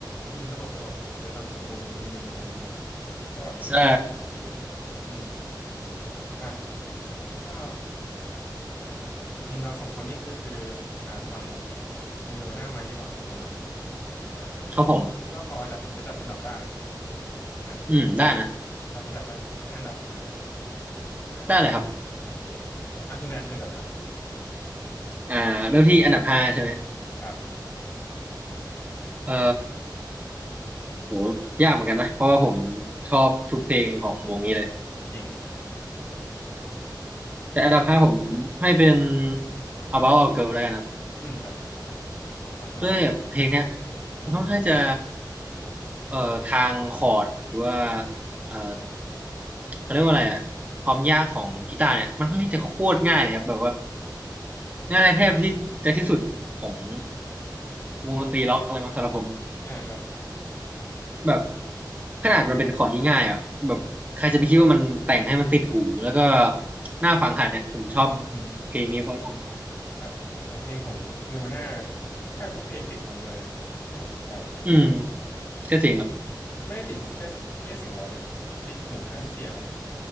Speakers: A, on the left; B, on the right.
A: มุมตลกตลกของเคิร์ดเนาะแบบมุมมึนๆอะไรอย่างเงี้ยก็แบบรู้สึกว่าดี
B: ใช่
A: อืมมาก็อืมเราสองคนนี่คือคืออ่าฟังเพลงเนวาน่ามาเยอะพอสมควรเนาะอ่า
B: เท่าผม
A: คิดว่าพอจะจะจัดอันดับได้อ่ะ
B: อืมได้นะ
A: เรามาจัดสักห้าอันดับดีไหมครับอ่า
B: ได้เลยครับ
A: โอเคอ่ะคุณแดนเชิญก่อนเลยครับ
B: อ่าเริ่มที่อันดับห้าใช่ไหม
A: ครับ
B: เอ่อโหยากเหมือนกันนะ เพราะว่าผมชอบทุกเพลงของวงนี้เลย
A: จริง
B: แต่อันดับห้าผมให้เป็น About a Girl แล้วกันครับ
A: อืมครับอ๋อทำไมล่ะครับ
B: ด้วยเพลงเนี้ย
A: อืม
B: มันค่อนข้างจะเอ่อทางคอร์ดหรือว่าเอ่อเขาเรียกว่าอะไรอะความยากของกีตาร์เนี่ยมันค่อนข้างจะโคตรง่ายเลยครับแบบว่าง่ายแทบที่จะที่สุดของวงดนตรีล็อกอะไรมังสำหรับผมนะ
A: อืมอ่าครับ
B: แบบขนาดมันเป็นคอร์ดที่ง่ายอ่ะแบบใครจะไปคิดว่ามันแต่งให้มันติดหูแล้วก็น่าฟังขนาดเนี่ยผมชอบ
A: อืมอืม
B: เพลงนี้เพราะตรงนี้นะ
A: ครับโอ้เพลงของเนวาน่าแทบทุกเพลงติดหูหมดเลยนะที่ผมฟัง
B: อืมก็จริงครับ
A: ไม่ได้ติดหูแค่แค่เสียงร้องนะติดหูทั้งเสียง